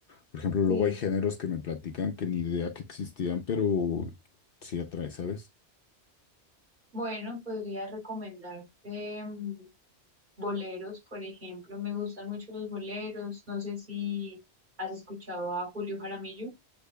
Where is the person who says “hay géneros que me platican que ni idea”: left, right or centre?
Left